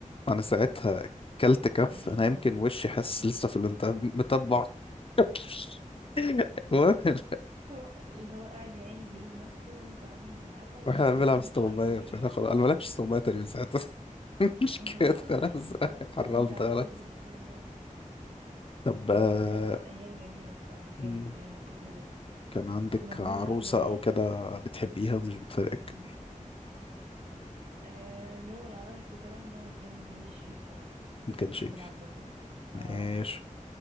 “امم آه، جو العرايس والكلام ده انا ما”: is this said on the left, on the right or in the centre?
Right